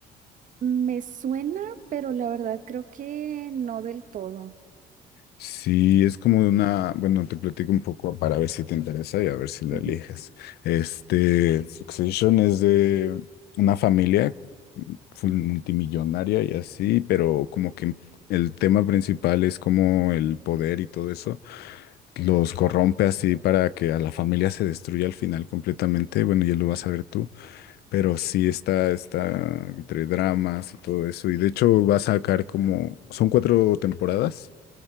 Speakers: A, on the right (about 50°); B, on the left (about 70°).
A: Me suena, pero la verdad creo que no del todo.
B: Sí, es como una, bueno, te platico un poco para ver si te interesa y a ver si la
A: Ujú.
B: eliges. Este, Succession es de una familia full multimillonaria y así, pero como que el tema principal es como el poder y todo eso los corrompe así para que a la familia se destruya al final completamente. Bueno, ya lo vas a ver tú, pero sí está, está entre dramas y todo eso. Y de hecho va a sacar como, son cuatro temporadas